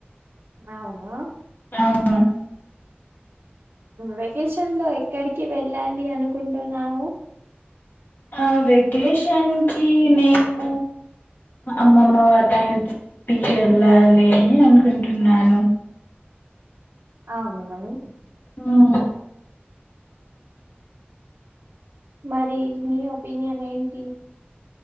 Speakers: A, on the right; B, on the left.
A: అవున
B: అవును
A: వెకేషన్లో ఎక్కడికి వెళ్ళాలి అనుకుంటున్నావు
B: ఆ వెకేషన్ కి నేను అమ్మమ్మ వాళ్ళ ఇంటిికి వెళ్ళాలి అని అనుకుంటున్నాను
A: అవును నని
B: ఆ
A: మరి నీ ఒపీనియన్ ఏంటి